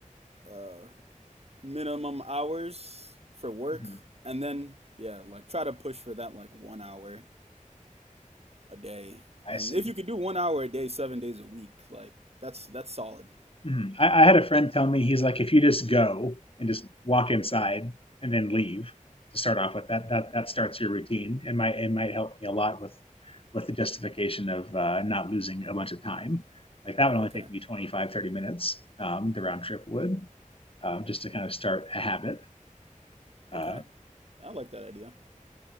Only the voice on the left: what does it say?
mhm,
I
see.
Mhm. I, I had a friend tell me he's like, if you just go and just walk inside and then leave to start off with that, that that starts your routine and might it might help me a lot with with the justification of uh, not losing a bunch of time. Like that would
only take me twenty five thirty minutes. Um, the round trip would um, just to kind of start a habit. Uh,